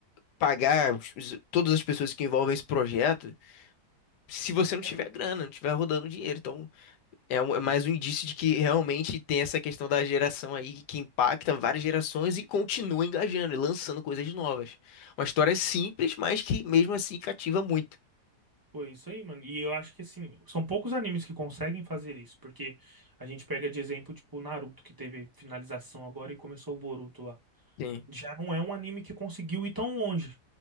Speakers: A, on the left; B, on the right.
A: pagar os- os- todas as pessoas que envolvem esse projeto se você não
B: É,
A: tiver grana, não tiver rodando dinheiro. Então, É, um- é mais um indício de que realmente tem essa questão da geração aí que impacta várias gerações e continua engajando e lançando coisas novas. Uma história simples, mas que mesmo assim cativa muito.
B: pô, é isso aí, mano. E eu acho que, assim, são poucos animes que conseguem fazer isso, porque a gente pega de exemplo, tipo, o Naruto, que teve finalização agora e começou o Boruto lá.
A: Sim,
B: já não é um anime que conseguiu ir tão longe.